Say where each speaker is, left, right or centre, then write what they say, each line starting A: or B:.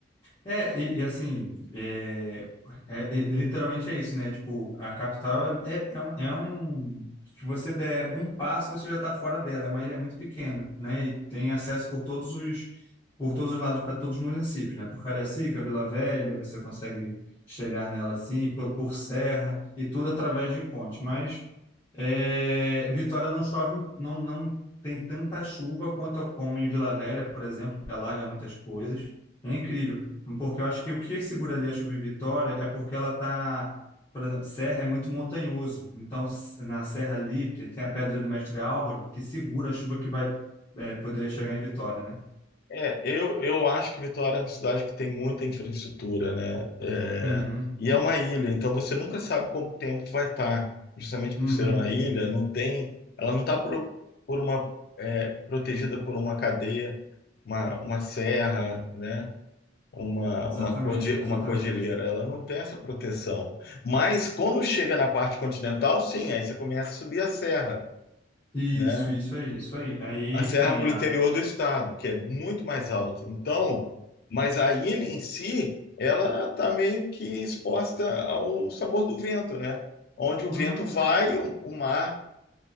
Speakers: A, on the left (about 25°); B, on the left (about 55°).
A: É, e, e assim, é, é- é- literalmente é isso, né? Tipo, a capital é, é, é um, é um- Se você der um passo, você já está fora dela. É uma ilha muito pequena, né? E tem acesso por todos os, por todos os lados para todos os municípios, né? Por Cariacica, Vila Velha, você consegue chegar nela assim, por, por Serra, e tudo através de ponte. Mas é, Vitória não chove, não, não tem tanta chuva quanto como em Vila Velha, por exemplo, que alaga muitas coisas. É incrível, porque eu acho que o que segura ali a chuva em Vitória é porque ela tá, por exemplo, Serra é muito montanhoso, então s- na Serra ali tem tem a Pedra do Mestre Álvaro que segura a chuva que vai é, poderia chegar em Vitória, né?
B: É, eu, eu acho que Vitória é uma cidade que tem muita infraestrutura, né? É,
A: Uhum,
B: e é uma ilha, então você nunca sabe como o tempo vai estar. Justamente
A: uhum,
B: por ser uma ilha, não tem, ela não está por, por uma é, protegida por uma cadeia, uma, uma serra, né? Uma,
A: exatamente,
B: uma, corde, uma
A: exatamente.
B: cordilheira, ela não tem essa proteção. Mas quando chega na parte continental, sim, aí você começa a subir a serra,
A: Isso,
B: né?
A: isso aí, isso aí. Aí
B: a serra
A: tem
B: para o
A: a,
B: interior do estado, que é muito mais alto. Então, mas a ilha em si, ela está meio que exposta ao sabor do vento, né? Onde o
A: uhum,
B: vento vai, o, o mar